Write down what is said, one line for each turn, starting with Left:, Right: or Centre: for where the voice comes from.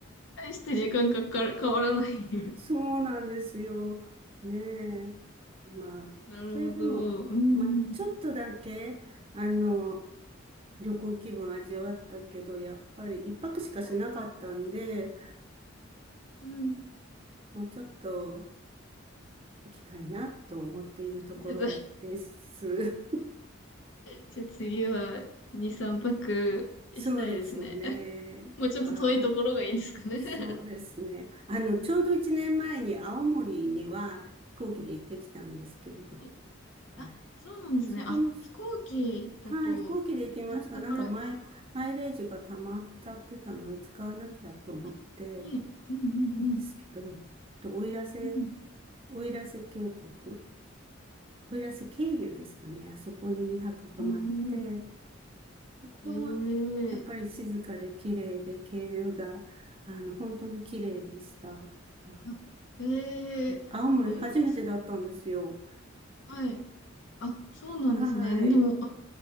Left: 対して時間かかる、変わらない。<laughs>
Right: そうなんですよ。ねえ。まあ、
Left: なるほど。
Right: それでも、
Left: うん。
Right: まあ、ちょっとだけ、あの、旅行気分味わったけど、やっぱり一泊しかしなかったんで、
Left: はい。うん。
Right: もうちょっと行きたいなと思っているところです。
Left: ちょっと、
Right: <laughs>
Left: じゃあ次は2、3泊したいですね。
Right: そうですね。
Left: <laughs> もうちょっと遠いところがいいですかね。
Right: はい。そうですね。
Left: <laughs>
Right: あの、ちょうど1年前に青森には飛行機で行ってきたんですけれど、
Left: はい
Right: はい。
Left: あ、そうなんですね。
Right: そこの、
Left: あ、飛行機だと、
Right: はい、飛行機で行きました。
Left: 羽田からですかは
Right: なんか前、マイレージが溜まっちゃってたので、使わなきゃと思って
Left: い。はい。うんうんうん。
Right: たんですけど、と奥入瀬、
Left: うん。
Right: 奥入瀬渓谷、奥入瀬渓流ですかね。あそこに2泊泊まって、
Left: うんうんうん
Right: ここは
Left: ええー。
Right: やっぱり静かで綺麗で、渓流が、あの、本当に綺麗でした。はい。
Left: あええー、
Right: はい、青森初めてだったんですよ。
Left: 奥入瀬はい。あ、そうなんですね。
Right: はい。
Left: でも、なんか